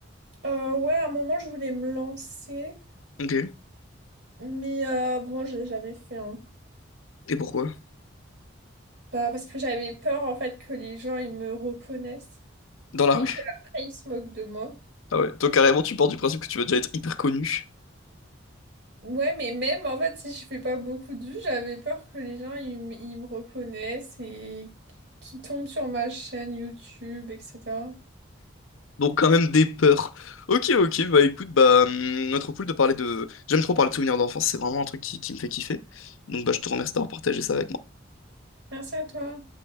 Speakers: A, on the right; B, on the left.
A: hein. Euh, ouais, à un moment, je voulais me lancer,
B: Ok.
A: mais euh, bon, j'ai jamais fait, hein.
B: Et pourquoi?
A: Bah, parce que j'avais peur, en fait, que les gens, ils me reconnaissent
B: Dans la
A: et
B: rue?
A: qu'après, ils se moquent de moi.
B: Ah ouais. Toi, carrément, tu pars du principe que tu vas déjà être hyper connu.
A: Ouais, mais même en fait, si je fais pas beaucoup de vues, j'avais peur que les gens ils, m- ils me reconnaissent et qu'ils tombent sur ma chaîne YouTube, etc.
B: Donc, quand même des peurs. Ok, ok, bah écoute, bah, hum, trop cool de parler de. J'aime trop parler de souvenirs d'enfance, c'est vraiment un truc qui, qui me fait kiffer. Donc, bah, je te remercie d'avoir partagé ça avec moi.
A: Merci à toi.